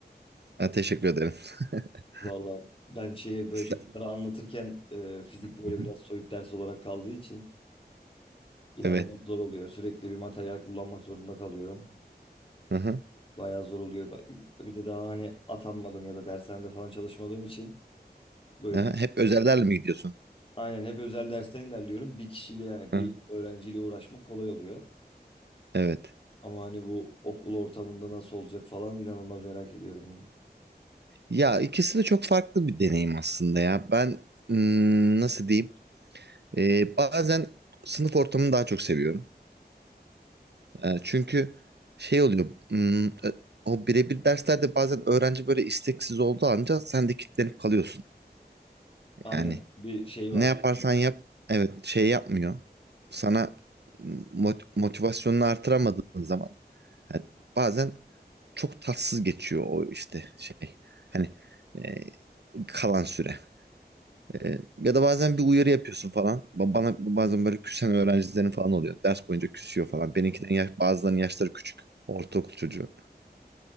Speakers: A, on the right; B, on the left.
A: Ha, teşekkür ederim. <laughs>
B: Vallahi ben şeye böyle
A: Sen-
B: çocuklara anlatırken e, fizik böyle
A: Hı hı.
B: biraz soyut ders olarak kaldığı için inanılmaz
A: Evet.
B: zor oluyor. Sürekli bir materyal kullanmak zorunda kalıyorum.
A: Hı hı.
B: Bayağı zor oluyor. Ba- Bir de daha hani atanmadım ya da dershanede falan çalışmadığım için böyle
A: Hı hı.
B: bir
A: Hep özellerle mi gidiyorsun?
B: Aynen hep özel dersten ilerliyorum. Bir kişiyle yani bir
A: Hı.
B: öğrenciyle uğraşmak kolay oluyor.
A: Evet.
B: Ama hani bu okul ortamında nasıl olacak falan inanılmaz merak ediyorum bunu.
A: Ya ikisi de çok farklı bir deneyim aslında ya. Ben hmm, nasıl diyeyim? Eee, bazen sınıf ortamını daha çok seviyorum. E, çünkü şey oluyor. hmm, e, o birebir derslerde bazen öğrenci böyle isteksiz olduğu anca sen de kilitlenip kalıyorsun.
B: Aynen
A: Yani
B: bir şey
A: ne
B: var.
A: yaparsan yap evet şey yapmıyor. Sana mot- motivasyonunu artıramadığın zaman yani bazen çok tatsız geçiyor o işte şey. Hani e, kalan süre. E, ya da bazen bir uyarı yapıyorsun falan. Ba- Bana bazen böyle küsen öğrencilerin falan oluyor. Ders boyunca küsüyor falan. Benimkilerin yaş, bazılarının yaşları küçük. Ortaokul çocuğu.